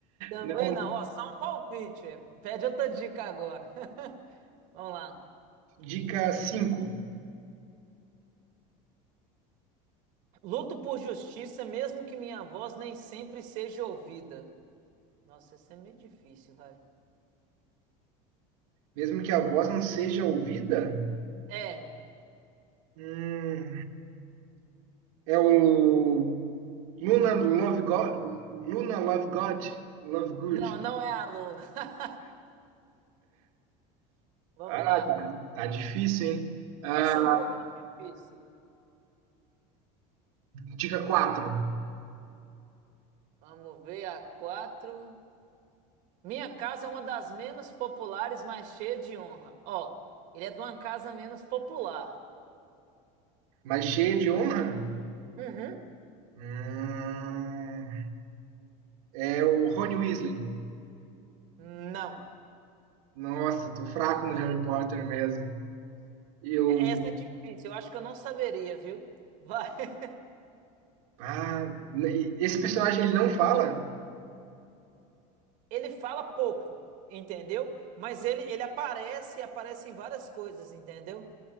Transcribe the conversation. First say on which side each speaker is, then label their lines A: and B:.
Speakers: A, on the right (about 50°); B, on the right (about 85°).
A: Também
B: Não.
A: não, ó, só um palpite. é. Pede outra dica agora. <laughs> Vamos lá.
B: Dica 5.
A: Luto por justiça, mesmo que minha voz nem sempre seja ouvida. Nossa, isso é meio difícil, vai.
B: Mesmo que a voz não seja ouvida?
A: É,
B: Hum... É o Luna Love God, Luna Love God, Love Good.
A: não, não é aluna. <laughs> Vamos
B: Ah,
A: lá.
B: tá difícil, hein? Ah,
A: Essa é um pouquinho difícil.
B: dica quatro.
A: Vamos ver a quatro. Minha casa é uma das menos populares, mas cheia de honra. Ó, ele é de uma casa menos popular.
B: Mas cheia de honra?
A: Uhum.
B: Hum, é o Rony Weasley.
A: Não.
B: Nossa, tô fraco no Harry Potter mesmo. Eu.
A: é Essa é difícil, eu acho que eu não saberia, viu? Vai. <laughs>
B: Ah, n- esse personagem ele não fala?
A: Ele fala pouco, entendeu? Mas ele, ele aparece, aparece em várias coisas, entendeu?